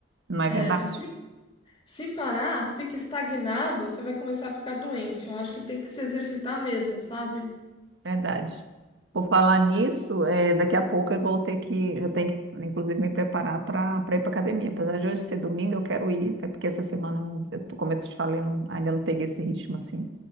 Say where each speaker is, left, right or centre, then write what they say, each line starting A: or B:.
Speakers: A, on the right; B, on the left.
A: não é
B: É,
A: verdade?
B: se, se parar, fica estagnado, você vai começar a ficar doente. Eu acho que tem que se exercitar mesmo, sabe?
A: Verdade. Por falar nisso, eh, daqui a pouco eu vou ter que, eu tenho que, inclusive, me preparar para ir para academia. Apesar de hoje ser domingo, eu quero ir, até porque essa semana, eu não- eu tô- como eu te falei, eu não- ainda não peguei esse ritmo assim,